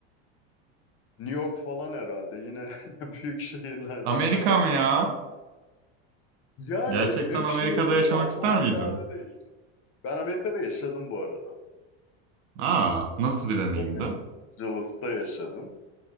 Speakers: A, on the left; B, on the right.
A: New York falan herhalde yine <laughs> büyük şehirlerden
B: Amerika
A: devam
B: mı ya?
A: ben. de. Yani
B: Gerçekten
A: büyük
B: Amerika'da
A: şehir deyince
B: yaşamak
A: akla
B: ister
A: o
B: miydin?
A: geldi değil. Ben Amerika'da yaşadım bu arada.
B: Aa, nasıl bir deneyimdi?
A: Los Angeles'ta yaşadım.